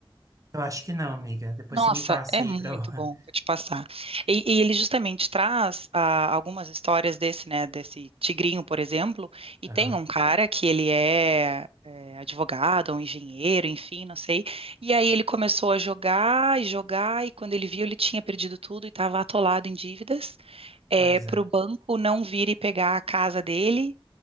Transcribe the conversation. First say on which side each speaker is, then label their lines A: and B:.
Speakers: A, on the right; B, on the right.
A: Eu acho que não, amiga. Depois
B: Nossa,
A: você me passa
B: é
A: aí
B: muito
A: pra eu...
B: bom,
A: <laughs>
B: vou te passar. E, e ele justamente traz ah, algumas histórias desse, né, desse tigrinho, por exemplo, e
A: Aham,
B: tem um cara que ele é, é, advogado, um engenheiro, enfim, não sei, e aí ele começou a jogar e jogar, e quando ele viu, ele tinha perdido tudo e estava atolado em dívidas, é,
A: Pois
B: para
A: é.
B: o banco não vir e pegar a casa dele,